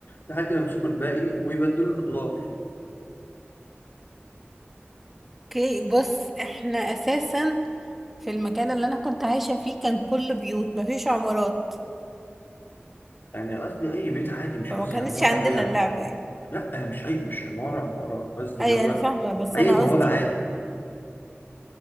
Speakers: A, on the left; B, in the centre.
A: لحد ما يمسكوا الباقي ويبدلوا الأدوار
B: اوكي بص احنا أساسا في المكان اللي أنا كنت عايشة فيه كان كله بيوت مفيش عمارات
A: يعني قصدي أي بيت عادي مش
B: فما
A: قصدي
B: كانتش
A: عمارة
B: عندنا
A: اللي هي عمارة
B: اللعبة يعني
A: لأ مش أي مش عمارة عمارة قصدي
B: أي
A: اللي هو
B: أنا فاهمة بس
A: أي
B: أنا
A: بوابة
B: قصدي
A: عادي